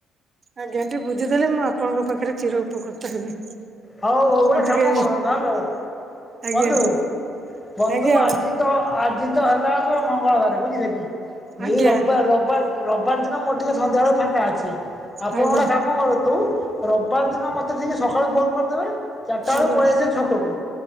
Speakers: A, on the right; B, on the left.
A: ଆଜ୍ଞା ଟିକେ ବୁଝିଦେଲେ ମୁଁ ଆପଣଙ୍କ ପାଖେରେ ଚିର ଉପକୃତ ହେବି।
B: ହଉ ହଉ ଗୋଟେ
A: ମୋର ଟିକେ
B: କାମ କରନ୍ତୁ ହାଲୋ
A: ଆଜ୍ଞା
B: ବନ୍ଧୁ- ବନ୍ଧୁ
A: ଆଜ୍ଞା
B: ଆଜି ତ ଆଜି ତ ହେଲା ମଙ୍ଗଳବାର ବୁଝିଲେ କି
A: ଆଜ୍ଞା
B: ଏଇ ରବିବାର୍-ରବିବାର୍ ରବିବାର ଦିନ ମୋର ଟିକେ ସନ୍ଧ୍ୟାବେଳେ ମୋର ଟିକେ ଫାଙ୍କା ଅଛି ଆପଣ
A: ଆଜ୍ଞା
B: ଗୋଟେ କାମ କରନ୍ତୁ ରବିବାର ଦିନ ମତେ ଟିକେ ସକାଳୁ ଫୋନ୍ କରିଦେବେ ଚାରିଟା
A: ଆଜ୍ଞା
B: ବେଳକୁ ପଳେଇଆସିବେ ଛକକୁ